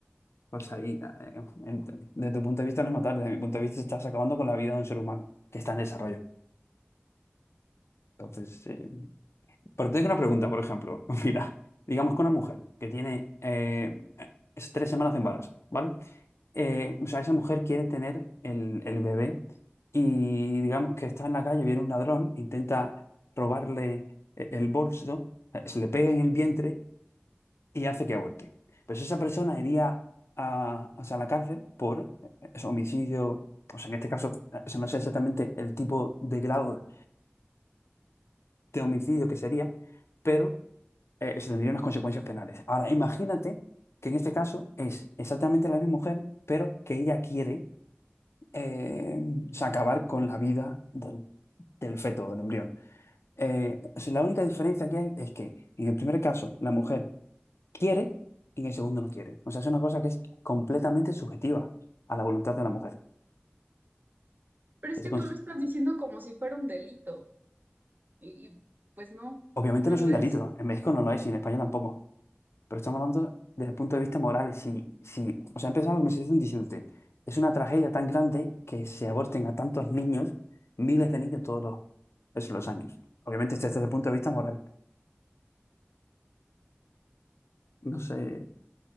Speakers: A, on the left (about 85°); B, on the right (about 45°).
A: Pues ahí, eh, en- desde tu punto de vista no es matar, desde mi punto de vista estás acabando con la vida de un ser humano que está en desarrollo. Entonces, eh, Pero te tengo una pregunta, por ejemplo. <laughs> Mira, digamos que una mujer que tiene eh, es tres semanas de embarazo, ¿vale? Eh, o sea, esa mujer quiere tener el, el bebé y digamos que está en la calle, viene un ladrón, intenta robarle e- el bolso, eh, se le pega en el vientre y hace que aborte. Pues esa persona iría a, o sea, a la cárcel por eh, eso, homicidio, o sea, en este caso, eh, o sea, no sé exactamente el tipo de grado de homicidio que sería, pero eh, se tendrían unas consecuencias penales. Ahora, imagínate que en este caso es exactamente la misma mujer, pero que ella quiere eh, o sea, acabar con la vida del, del feto, del embrión. Eh, o sea, la única diferencia que hay es que en el primer caso la mujer quiere y en el segundo no quiere. O sea, es una cosa que es completamente subjetiva a la voluntad de la mujer.
B: Pero
A: Que
B: es que
A: se cons-
B: tú lo estás diciendo como si fuera un delito y, y, pues no,
A: Obviamente
B: no
A: no es
B: lo
A: un
B: es.
A: delito. En México no lo es y en España tampoco. Pero estamos hablando desde el punto de vista moral. Si, si, o sea, empezaba la conversación diciéndote, es una tragedia tan grande que se aborten a tantos niños, miles de niños todos los, esos los años. Obviamente este- desde el punto de vista moral. No sé.